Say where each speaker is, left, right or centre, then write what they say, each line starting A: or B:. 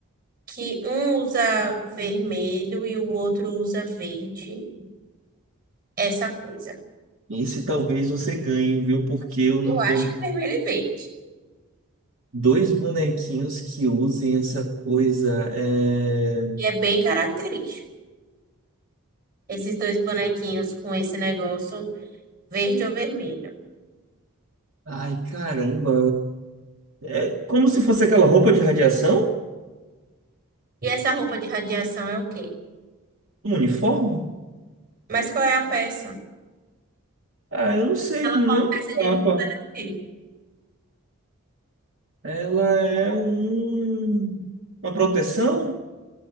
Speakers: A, on the right; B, on the right.
A: que um usa vermelho e o outro usa verde. Essa coisa.
B: Esse talvez você ganhe, viu? Porque eu
A: Eu
B: não
A: acho
B: tô.
A: que é vermelho e verde.
B: Dois bonequinhos que usem essa coisa. É...
A: E é bem característico. Esses dois bonequinhos com esse negócio verde ou vermelho.
B: Ai, caramba. É como se fosse aquela roupa de radiação?
A: E essa roupa de radiação é o quê?
B: Um uniforme?
A: Mas qual é a peça?
B: Ah, eu não sei,
A: Ela
B: não
A: foi uma
B: é uma
A: peça
B: capa.
A: de roupa, ela é o quê?
B: Ela é um... uma proteção?